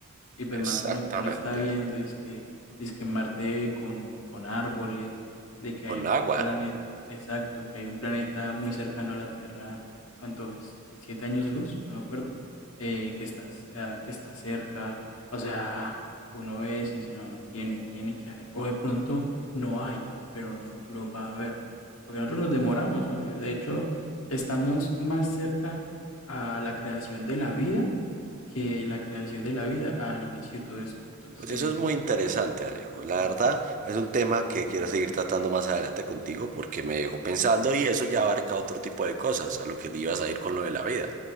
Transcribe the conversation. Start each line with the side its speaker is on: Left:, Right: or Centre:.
Left: Y pues
Right: Exactamente.
Left: más con lo que uno está viendo, es que, es que Marte con, con árboles, de que
Right: Con
Left: hay un
Right: agua.
Left: planeta, exacto, que hay un planeta muy cercano a la Tierra, ¿cuánto es? ¿Siete años luz? No me acuerdo. eh, que está, eh, que está cerca. O sea, uno ve eso y dice, no, no, tiene, tiene que haber. O de pronto no hay, pero en un futuro va a haber. Porque nosotros nos demoramos, obvio. De hecho, estamos más cerca a la creación de la vida que la creación de la vida al inicio de todo esto. Entonces,
Right: Pues eso es muy interesante, Alejo. La verdad
Left: mm,
Right: es un tema que quiero seguir tratando más adelante contigo porque me dejó pensando y eso ya abarca otro tipo de cosas a lo que ibas a ir con lo de la vida.